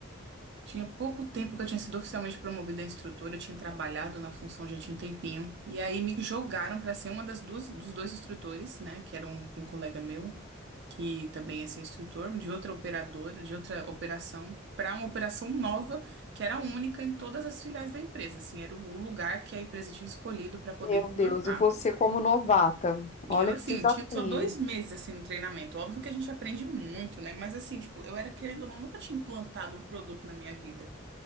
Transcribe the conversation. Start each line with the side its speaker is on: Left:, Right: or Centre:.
Right: Tinha pouco tempo que eu tinha sido oficialmente promovida a instrutora, eu tinha trabalhado na função já tinha um tempinho. E aí me jogaram para ser uma das duas dos dois instrutores, né, que era um, um colega meu, que também ia ser instrutor de outra operadora, de outra operação, para uma operação nova, que era única em todas as filiais da empresa, assim, era o lugar que a empresa tinha escolhido para poder
Left: Meu Deus,
Right: implantar.
Left: e você como novata,
Right: E
Left: olha
Right: eu, assim,
Left: que desafio.
Right: tinha só dois meses, assim, no treinamento. Óbvio que a gente aprende muito, né? Mas, assim, tipo, eu era, querendo ou não, nunca tinha implantado um produto na minha vida.